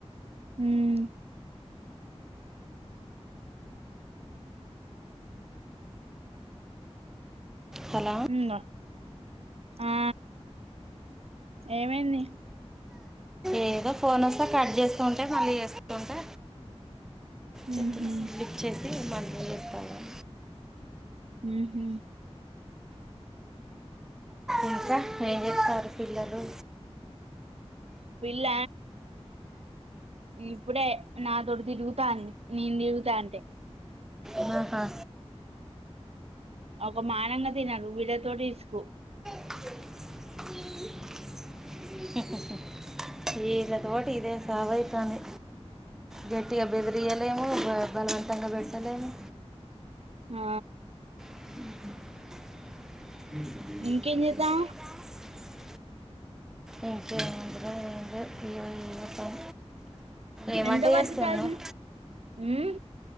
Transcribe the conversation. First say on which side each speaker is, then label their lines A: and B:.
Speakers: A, on the right; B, in the centre.
A: ఉమ్
B: హలో
A: ఉన్న, ఆ ఏవైంది.
B: ఏదో ఫోన్ వస్తే కట్ చేస్తూ ఉంటే మళ్ళీ చేస్తూంటే చెప్పిన
A: ఉహు
B: లీఫ్చేసి మ మల్ చేస్త ఉ
A: హు హు
B: ఇంకా ఏం చెత్తారు పిల్లలు
A: పిల్ల, ఇప్పుడే నాతోటి తిరుగుతాంది నేన్ తిరుగుతాంటే
B: ఆహా
A: ఒక మానంగా తినరు బిడ్ తోటి ఇసుకు
B: <unintelligible> వీళ్ళ తోటి ఇదే సావైతాంది. గట్టి గా బెదిరియలేము. బ బలవంతంగా పెట్టలేేము.
A: ఆ
B: హు హ
A: ఇంకేం చేద్దాం
B: <unintelligible> ఇంకేముందిరా ఏం లేదు టీవీ చూడటం ఏం
A: ఎంత
B: వంట
A: వరకు
B: చేస్తున్నావ్
A: చదివిన ఉమ్